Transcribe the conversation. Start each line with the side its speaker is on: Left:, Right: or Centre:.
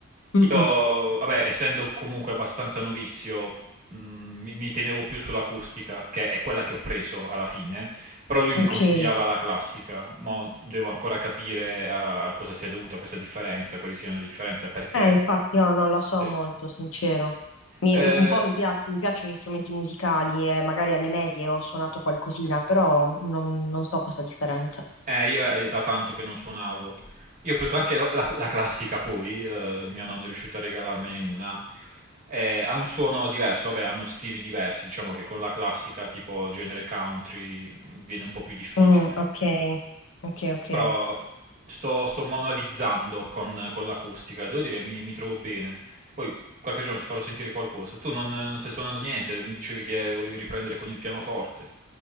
Left: Mm-mm,
Right: Io, vabbè, essendo comunque abbastanza novizio, mh, mi mi tenevo più sull'acustica, che è quella che ho preso alla fine, Però lui mi
Left: Ok,
Right: consigliava
Left: eh,
Right: la classica, ma devo ancora capire a cosa sia dovuta questa differenza, quali siano le differenze, perché...
Left: infatti io non la so
Right: Sì.
Left: molto, sincero. Mi-
Right: Eh,
Left: un po' mi, pia- mi piacciono gli strumenti musicali e magari alle medie ho suonato qualcosina, però non, non so questa differenza.
Right: eh, io è da tanto che non suonavo. Io ho preso anche la, la- la classica poi, eh, mio nonno è riuscito a regalarmene una. Eh, ha un suono diverso, vabbè, hanno stili diversi, diciamo che con la classica tipo genere country viene un po' più difficile.
Left: Mm, ok, ok, ok.
Right: Però sto, sto manualizzando con, con l'acustica, devo dire mi, mi trovo bene. Poi qualche giorno ti farò sentire qualcosa. Tu non, non stai suonando niente, mi dicevi che volevi riprendere con il pianoforte.